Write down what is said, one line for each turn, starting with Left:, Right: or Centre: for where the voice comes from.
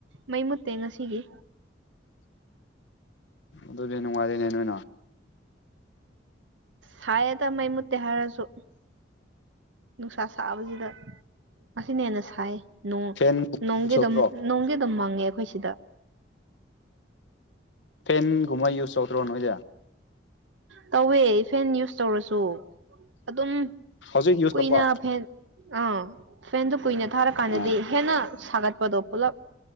Right: ꯃꯩꯃꯨꯠꯇꯦ ꯉꯁꯤꯒꯤ
Left: ꯑꯗꯨꯗꯤ ꯅꯨꯡꯉꯥꯏꯔꯦꯅꯦ ꯅꯣꯏꯅ
Right: ꯁꯥꯌꯦꯗ ꯃꯩ ꯃꯨꯠꯇꯦ ꯍꯥꯏꯔꯁꯨ ꯅꯨꯡꯁꯥ ꯁꯥꯕꯁꯤꯗ ꯑꯁꯤꯅ ꯍꯦꯟꯅ ꯁꯥꯏ ꯅꯣꯡ
Left: ꯐꯦꯟ
Right: ꯅꯣꯡꯗꯤ
Left: ꯌꯨꯁ
Right: ꯑꯗꯨꯝ
Left: ꯇꯧꯗ꯭ꯔꯣ
Right: ꯅꯣꯡꯗꯤ ꯑꯗꯨꯝ ꯃꯪꯉꯦ ꯑꯩꯈꯣꯏ ꯁꯤꯗ
Left: ꯐꯦꯟꯒꯨꯝꯕ ꯌꯨꯁ ꯇꯧꯗ꯭ꯔꯣ ꯅꯣꯏꯗꯤ
Right: ꯇꯧꯋꯦ ꯐꯦꯟ ꯌꯨꯁ ꯇꯧꯔꯁꯨ ꯑꯗꯨꯝ
Left: ꯍꯧꯖꯤꯛ ꯌꯨꯁ
Right: ꯀꯨꯏꯅ
Left: ꯇꯧꯕ
Right: ꯐꯦꯟ ꯑꯥ ꯐꯦꯟꯗꯨ ꯀꯨꯏꯅ ꯊꯥꯔꯀꯥꯟꯗꯗꯤ
Left: ꯑꯣ
Right: ꯍꯦꯟꯅ ꯁꯥꯒꯠꯄꯗꯣ ꯄꯨꯜꯂꯞ